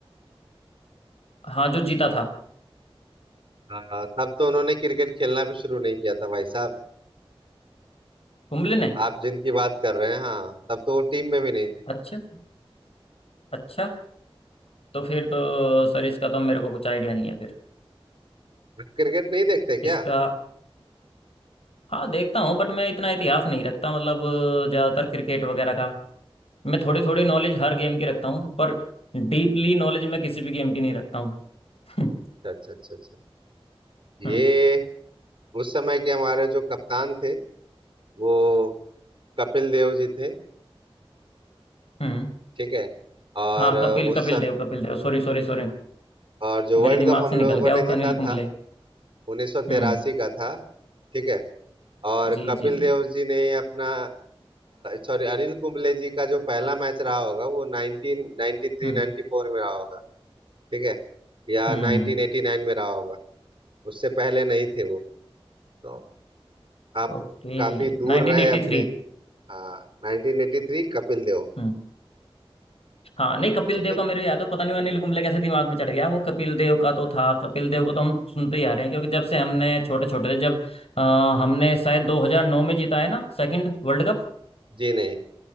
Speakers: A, on the left (about 75°); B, on the right (about 60°).
A: हाँ जो जीता था
B: हाँ हाँ तब तो उन्होंने क्रिकेट खेलना भी शुरू नहीं किया था भाई साहब
A: कुंबले ने
B: आप जिनकी बात कर रहे हैं हाँ तब तो वो टीम में भी नहीं थे
A: अच्छा अच्छा तो फिर तो सर इसका तो मेरे को कुछ आइडिया नहीं है फिर
B: क्रिकेट नहीं देखते क्या
A: इसका हाँ देखता हूँ बट मैं इतना इतिहास नहीं रखता मतलब ज़्यादातर क्रिकेट वगैरह का मैं थोड़ी थोड़ी नॉलेज हर गेम की रखता हूँ पर डीपली नॉलेज मैं किसी भी गेम की नहीं रखता हूँ <laughs>
B: अच्छा अच्छा अच्छा अच्छा ये
A: हम्म
B: उस समय के हमारे जो कप्तान थे वो कपिल देव जी थे
A: हम्म
B: ठीक है और
A: हाँ
B: अ,
A: Kapil
B: उस
A: Kapil
B: स-
A: Dev Kapil Dev sorry sorry sorry
B: और जो
A: मेरे
B: वर्ल्ड
A: दिमाग
B: कप हम
A: से
B: लोगों
A: निकल गया
B: ने
A: वो
B: जीता
A: अनिल
B: था
A: कुंबले
B: 1983
A: हम्म
B: का था ठीक है और
A: जी
B: कपिल
A: जी जी
B: देव जी ने अपना सॉरी अनिल कुंबले जी का जो पहला मैच रहा होगा वो 1993
A: हम्म
B: 94 में रहा होगा ठीक है या
A: हम्म
B: 1989 में रहा होगा उससे पहले नहीं थे वो तो आप
A: ओके
B: काफी दूर
A: Nineteen
B: रहे
A: eighty
B: अपने
A: three
B: हाँ 1983 Kapil Dev
A: हम्म हाँ नहीं कपिल
B: ठीक
A: देव
B: है
A: का मेरे याद हो पता नहीं वो अनिल कुंबले कैसे दिमाग में चढ़ गया वो कपिल देव का तो था कपिल देव को तो हम सुनते ही आ रहे हैं क्योंकि जब से हमने छोटे छोटे थे जब अ, हमने शायद 2009 में जीता है ना सेकंड वर्ल्ड कप
B: जी नहीं